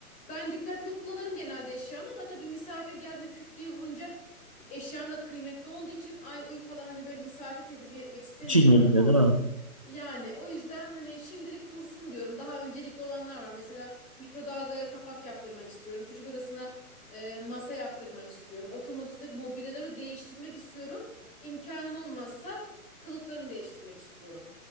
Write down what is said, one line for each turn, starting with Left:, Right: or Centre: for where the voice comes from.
Left: ben dikkatli kullanırım genelde eşyamı ama tabii misafir geldiğinde küt diye vurunca eşyam da kıymetli olduğu için ay uy falan hani böyle misafir tedirgin etmek istemiyorum.
Right: Çin geliyor değil mi?
Left: Yani o yüzden hani şimdilik dursun diyorum. Daha öncelikli olanlar var. Mesela mikrodalgaya kapak yaptırmak istiyorum. Çocuk odasına e, masa yaptırmak istiyorum. Oturma odasındaki mobilyaları değiştirmek istiyorum. İmkanım olmazsa kılıflarını değiştirmek istiyorum.